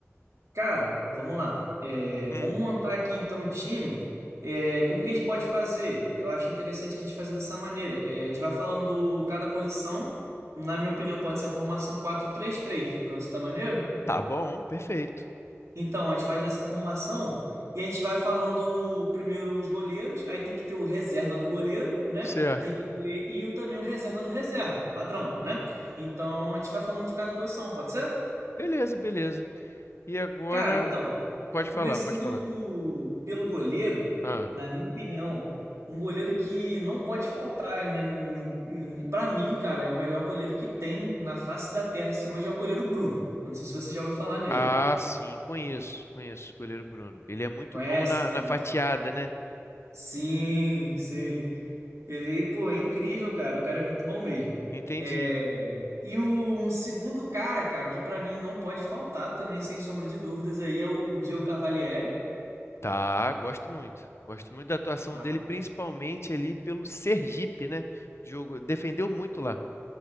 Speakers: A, on the right; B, on the left.
A: Cara, vamos lá. É,
B: Hum,
A: vamos montar aqui então um time. É, como que a gente pode fazer? Eu acho interessante a gente fazer dessa maneira. É, a gente vai falando cada posição. Na minha opinião, pode ser a formação quatro três três. para você tá maneiro?
B: tá bom, perfeito.
A: Então, a gente faz nessa formação e a gente vai falando primeiro os goleiros, aí tem que ter o reserva do goleiro, né?
B: Certo.
A: Tem que ter e o também o reserva do reserva, padrão, né? Então, a gente vai falando de cada posição, pode ser?
B: Beleza, beleza. E agora,
A: Cara, então,
B: pode
A: começando
B: falar, pode
A: pelo goleiro,
B: falar.
A: na minha opinião, um goleiro que não pode faltar, né? Para mim, cara, é o melhor goleiro que tem na face da terra, assim, hoje é o goleiro Bruno. Eu não sei se você já ouviu falar nele.
B: Ah, sim, conheço, conheço o goleiro Bruno. Ele é muito
A: Conhece?
B: bom na,
A: Conhece?
B: na fatiada, né?
A: Sim, sim. Ele, pô, é incrível, cara. O cara é muito bom mesmo.
B: Entendi.
A: É... E o um segundo cara, cara, que pra mim não pode faltar também, sem sombra de dúvidas, aí é o Diego Cavalieri,
B: Tá, gosto muito. Gosto muito da atuação
A: tá?
B: dele, principalmente ali pelo Sergipe, né? Jogo, defendeu muito lá.